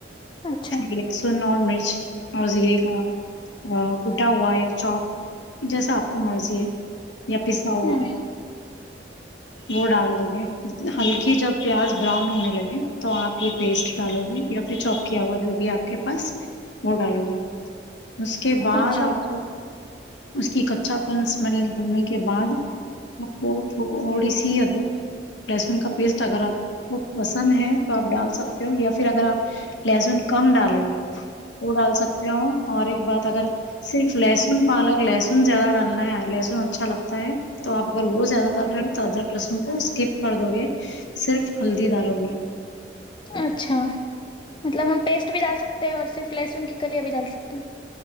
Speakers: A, on the left; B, on the left.
A: اچھا
B: پھر لہسن اور مرچ اور زیرے کا کوٹا ہوا یا چوپ جیسا آپ کو مرضی ہے یا پیسہ ہوا
A: ہوں
B: وہ ڈال دو گے ہلکی جب پیاز براؤن ہونے لگے تو آپ یہ پیسٹ ڈالو گے یا پھر چوپ کی ہوا جو بھی ہے آپ کے پاس وہ ڈالو گے اس کے بعد
A: اچھا
B: آپ کو اس کی کچا پن اسمل نکالنے کے بعد آپ کو تھوڑی سی ادراک لہسن کا پیسٹ اگر آپ کو پسند ہے تو آپ ڈال سکتے ہو یا پھر اگر آپ لہسن کم ڈالے ہو وہ ڈال سکتے ہو اور ایک بات اگر صرف لہسن پالک لہس ن زیادہ ڈالنا ہے لہسن اچھا لگتا ہے تو اپ اگر وہ زیادہ ڈال رہے ہو تو ادرک لہسن کو اسکپ کر دو گے صرف ہلدی دالو گے
A: اچھا مطلب ہم پیسٹ بھی ڈال سکتے ہیں اور صرف لہسن کی کلیاں بھی ڈال سکتے ہیں